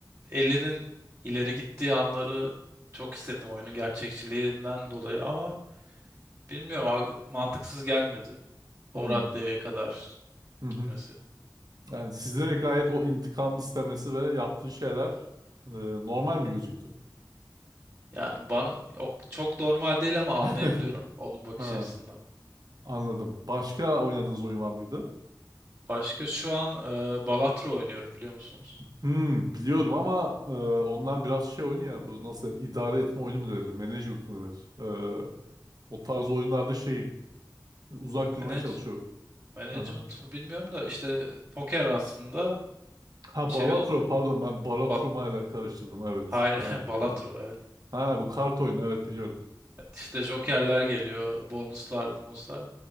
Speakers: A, on the right; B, on the right.
A: Ellie'nin ileri gittiği anları çok hissettim oyunun gerçekçiliğinden dolayı ama Bilmiyorum abi, mantıksız gelmedi.
B: Hmm.
A: O raddeye kadar
B: Hı
A: gitmesi.
B: hı. Yani size gayet o intikam istemesi ve yaptığı şeyler e, normal mi gözüktü?
A: Yani bana o çok normal değil ama anlayabiliyorum
B: <laughs>
A: onun bakış
B: Ha.
A: açısından.
B: Anladım. Başka oynadığınız oyun var mıydı?
A: Başka şu an e, Balatro oynuyorum biliyor musunuz?
B: Hmm, biliyorum ama e, onlar biraz şey oyunu ya bu nasıl denir? İdare etme oyunu mu denir? Management mı denir? E, o tarz oyunlarda şeyim. Uzak
A: Manage,
B: durmaya çalışıyorum.
A: management
B: Aha.
A: mı bilmiyorum da işte poker aslında
B: Ha
A: şey
B: Balatro
A: oluyor.
B: pardon ben Balatroma
A: Bal-
B: ile karıştırdım evet.
A: Hayır
B: Ha,
A: <laughs> Balatro
B: ha.
A: evet.
B: Ha, bu kart oyunu evet biliyorum.
A: İşte jokerler geliyor, bonuslar, bonuslar.